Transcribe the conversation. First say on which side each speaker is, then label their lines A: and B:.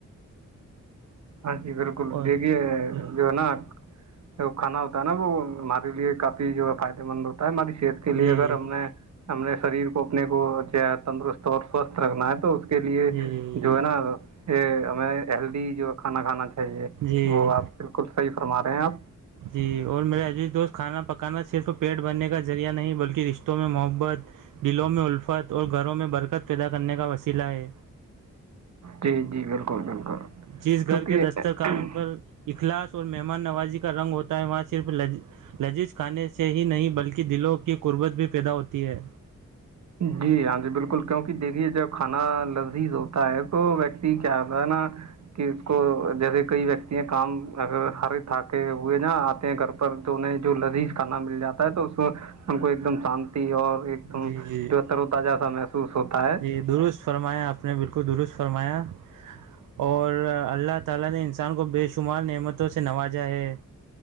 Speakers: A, on the right; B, on the right.
A: ہاں جی بالکل
B: اور
A: دیکھیے
B: جی
A: جو ہے نا کھانا ہوتا ہے نا وہ ہمارے لیے کافی جو ہے فائدے مند ہوتا ہے ہماری صحت کے لیے
B: جی
A: اگر ہم نے ہم نے شریر کو اپنے کو تندرست سوستھ رکھنا ہے تو اس کے لیے
B: جی
A: جو ہے نا یہ ہمیں ہیلدی جو کھانا کھانا چاہیے
B: جی
A: وہ آپ بالکل صحیح فرما رہے ہیں آپ
B: جی اور میرے عزیز دوست کھانا پکانا صرف پیٹ بھرنے کا ذریعہ نہیں بلکہ رشتوں میں محبت دلوں میں الفت اور گھروں میں برکت پیدا کرنے کا وسیلہ ہے
A: جی جی بالکل بالکل
B: جس گھر
A: کیونکہ
B: کے دستتر قانون پر اخلاص اور مہمان نوازی کا رنگ ہوتا ہے وہاں صرفج لذیذ کھانے سے ہی نہیں بلکہ دلوں کی قربت بھی پیدا ہوتی ہے
A: جی ہاں جی بالکل کیونکہ دیکھیے جب کھانا لذیذ ہوتا ہے تو ویکتی کیا ہوتا ہے نا کہ اس کو جیسے کوئی ویکتی کام اگر ہر تھ کے ہوئے نا آتے ہیں گھر پر تو انہیں جو لذیذ کھانا مل جاتا ہے تو اس ان کو ایک دم شانتی اور ایک
B: جی
A: دم
B: جی
A: جو ترو تجہ سا محسوس ہوتا ہے
B: جی درست فرمایا آپ نے بالکل درست فرمایا اور اللہ تعالی نے انسان کو بے شمار نعمتوں سے نوازا ہے